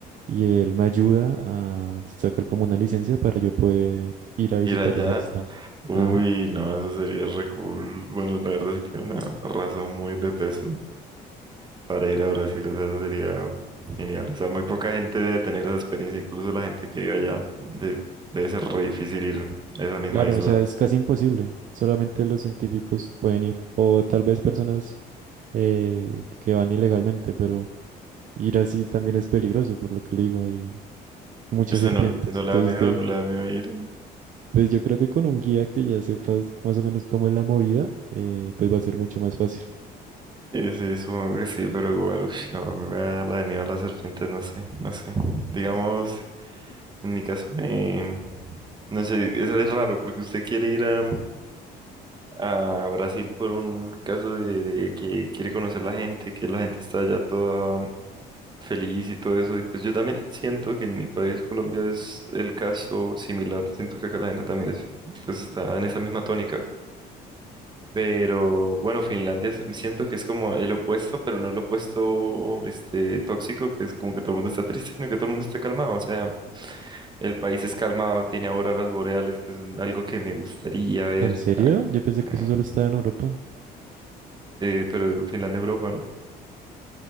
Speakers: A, on the right; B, on the right.
A: y él me ayuda a sacar como una licencia para yo poder ir a visitar
B: Ir allá.
A: esa isla.
B: Uy,
A: Ajá.
B: no, eso sería re cool. Bueno, la verdad sí tiene una razón muy de peso para ir a Brasil. O sea, eso sería genial. O sea, muy poca gente debe tener esa experiencia. Incluso la gente que vive allá de- debe ser re difícil ir a esa misma
A: Claro,
B: isla.
A: o sea, es casi imposible. Solamente los científicos pueden ir, o tal vez personas eh, que van ilegalmente, pero ir así también es peligroso, por lo que le digo, hay muchas
B: ¿Usted
A: serpientes.
B: no, no le
A: Entonces,
B: da miedo?
A: de-
B: ¿No le da miedo ir?
A: pues yo creo que con un guía que ya sepas más o menos cómo es la movida, eh, pues va a ser mucho más fácil.
B: Sí, sí, supongo que sí, pero igual, uff, no, a mí me da la de miedo a las serpientes, no sé, no sé. Digamos, en mi caso me... No sé, eso es raro, porque usted quiere ir a, a Brasil por un caso de, de que quiere conocer la gente, que la gente está allá toda feliz y todo eso, y pues yo también siento que en mi país, Colombia, es el caso similar, siento que acá la gente también es, pues está en esa misma tónica. Pero bueno, Finlandia es- siento que es como el opuesto, pero no el opuesto este, tóxico, que es como que todo el mundo está triste, sino que todo el mundo está calmado. O sea, el país es calmado, tiene auroras boreales, que es un- algo que me gustaría ver.
A: ¿En serio? Yo pensé
B: Ah,
A: que eso solo estaba en Europa.
B: eh, pero Finlandia, Europa, ¿no?